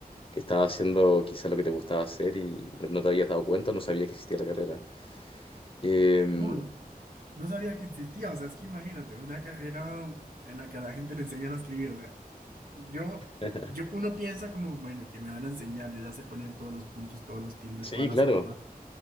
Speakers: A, on the left; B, on the right.
A: que estaba haciendo quizá lo que te gustaba hacer y no no te habías dado cuenta, no sabías que existía la carrera. Em,
B: No, no, no sabía que existía. O sea, es que imagínate, una carrera en la que a la gente le enseñan a escribir. O sea, yo,
A: <laughs>
B: yo, <laughs> uno piensa como, bueno, ¿y qué me van a enseñar? Yo ya sé poner todos los puntos, todos los tildes,
A: sí,
B: todas las
A: claro.
B: comas.